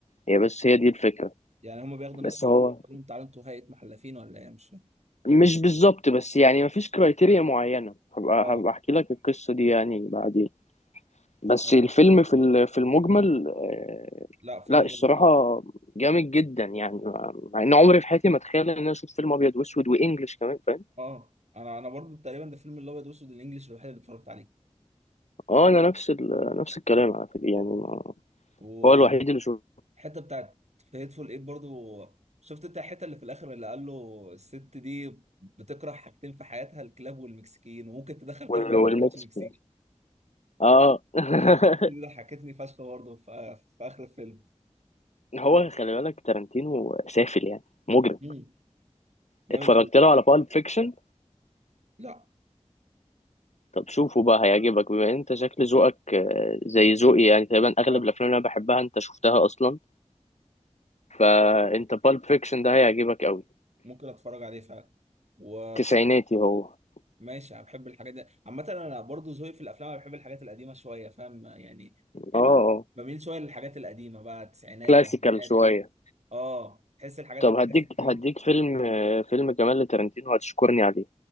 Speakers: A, on the left (about 70°); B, on the right (about 65°).
A: هي بس هي دي الفكرة
B: يعني هما بياخدوا ناس
A: بس
B: عشان
A: هو
B: يقولوا لهم تعالوا انتوا هيئة محلفين ولا ايه مش فاهم
A: مش بالظبط بس يعني مفيش كرايتيريا معينة هبقى
B: اه
A: هبقى احكي لك القصة دي يعني بعدين بس
B: ايوه
A: الفيلم في ال- في المجمل آه،
B: لا فيلم
A: لا
B: جامد
A: الصراحة جامد جدا يعني مع مع ان عمري في حياتي ما اتخيل ان انا اشوف فيلم ابيض واسود وانجلش كمان فاهم؟
B: اه انا انا برضو تقريبا ده الفيلم الابيض واسود الانجليش الوحيد اللي اتفرجت عليه
A: اه انا نفس ال... نفس الكلام على فكره يعني ما...
B: والحته
A: هو الوحيد اللي شو
B: بتاعت في هيتفول ايت برضو شفت انت الحته اللي في الاخر اللي قال له الست دي بتكره حاجتين في حياتها الكلاب والمكسيكيين وممكن تدخل كلب
A: وال-
B: وما
A: والمكسيكان
B: تدخلش مكسيكي
A: اه <laughs>
B: دي ضحكتني فشخ برضو في, في اخر الفيلم
A: هو خلي بالك تارانتينو سافل يعني مجرم
B: امم جامد
A: اتفرجت
B: قوي
A: له على بالب فيكشن
B: لا
A: طب شوفه بقى هيعجبك بما ان انت شكل ذوقك آه، زي ذوقي يعني تقريبا اغلب
B: اه
A: الافلام اللي انا بحبها انت شفتها اصلا فانت بالب فيكشن ده هيعجبك قوي
B: ممكن اتفرج عليه فعلا و
A: تسعيناتي هو اه
B: ماشي انا بحب الحاجات دي عامة انا برضو ذوقي في الافلام انا بحب الحاجات القديمة شوية فاهم يعني
A: اه
B: بميل شويه للحاجات القديمه بقى التسعينات
A: كلاسيكال
B: الثمانينات
A: شويه
B: كده اه تحس الحاجات
A: طب
B: الكلاسيك
A: هديك
B: دول
A: هديك فيلم آه، فيلم كمان لتارانتينو هتشكرني عليه